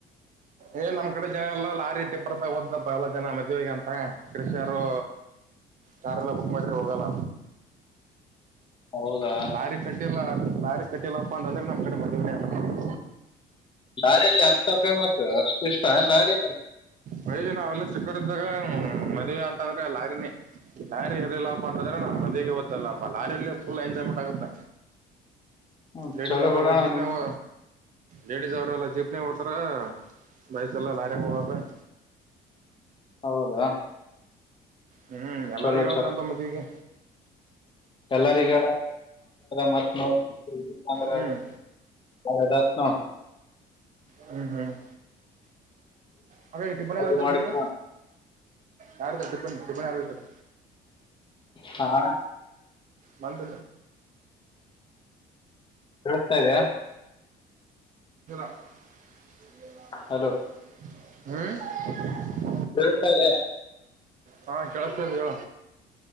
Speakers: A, on the right; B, on the left.
A: ಏ ನಮ್ ಕಡೆ ಜನ ಎಲ್ಲ ಲಾರಿ ಟಿಪ್ಪರ್ದಾಗ ಓದ್ದಪ್ಪ ಎಲ್ಲ ಜನ ಮದ್ವಗ ಅಂತ ಕೃಷಿಯರು ಕಾರೆಲ್ಲ ಬುಕ್ ಮಾಡಿದ್ರೆ ಹೋಗಲ್ಲ
B: ಹೌದಾ
A: ಲಾರಿ ಕಟ್ಟಿಲ್ಲ ಲಾರಿ ಕಟ್ಟಿಲ್ಲಪ್ಪ ಅಂದಂದ್ರೆ ನಮ್ ಕಡೆ ಮದುವನೆ ಆಗಲ್ಲ
B: ಲಾರಿಯಲ್ಲಿ ಅರ್ಥ ಫೇಮಸ್ ಅಷ್ಟು ಇಷ್ಟ ಅನ್ ಲಾರಿಯ
A: ಮಾಡೀವಿ ನಾವೆಲ್ಲಾ ಚಿಕ್ಕರಿದ್ದಾಗ ಮದ್ವೆ ಅಂತಾದ್ರೆ ಲಾರಿನೇ ಲಾರಿ ಇರಲಿಲ್ಲಪ್ಪ ಅಂತಂದ್ರೆ ನಮ್ಮ ಮದ್ಗೆ ಗೊತ್ತಲ್ಲ ಲಾರಿಯಲ್ಲಿ ಫುಲ್ ಎಂಜಾಯ್ಮೆಂಟ್ ಆಗುತ್ತೆ
B: ಹ್ಮ್,
A: ಲೇಡಿಸ್
B: ಚಲೋ
A: ಅವರ
B: ಬಿಡೋಣ
A: ಅಲ್ಲ ಜೀಪ್ನೇಗಾ
B: ನಿಮ್
A: ಲೇಡೀಸ್ ಅವ್ರೆಲ್ಲ ಜೀಪ್ನ ಹಓತಾರ ಬೈಕ ಎಲ್ಲ ಲಾರಿಗೆ ಹೋಗಬೇಕ
B: ಹೌದಾ
A: ಹ್ಮ್ ಎಲ್ಲಾರೂ
B: ಚಲೋ
A: ಹೇಳತ್ ನಪ ಮದ್ವಿಗೆ
B: ಎಲ್ಲರಿಗ ಮತ್ ನ್ರ
A: ಹ್ಮ್
B: <unintelligible> ಸದ <unintelligible>
A: ಹ್ಮ್ ಹ್ಮ್ ಹಾಗ ಈ ಟಿಪ್ಪಣ
B: ಅದು
A: ಯಾರ ಐತಾರದನ್ನ
B: ಮಾಡ್ಕೊ
A: ಯಾರ ಟಿಪ್ಪನ್ ಟಿಪ್ಪಣ ಯಾರು ಐತಾರ
B: ಹಾ, ಅಣ್ಣ
A: ಬಂದ
B: ಕೇಳಿಸ್ತಾ ಇದೆಯಾ
A: <unintelligible> ಹ್ಮ್
B: ಹಲೋ ಹೆಲ್ಪಲ್ಯಾ
A: ಹಾ ಕೆಲ್ಸತ್ತಿದೆ ಹೇಳ